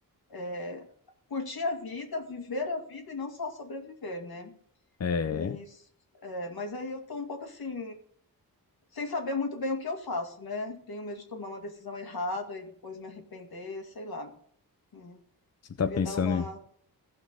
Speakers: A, on the left; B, on the left.
A: é, curtir a vida, viver a vida e não só sobreviver, né?
B: É,
A: E, é, mas aí eu tô um pouco assim, sem saber muito bem o que eu faço, né? Tenho medo de tomar uma decisão errada e depois me arrepender, sei lá. Hum,
B: você tá
A: Queria
B: pensando,
A: dar uma.
B: em-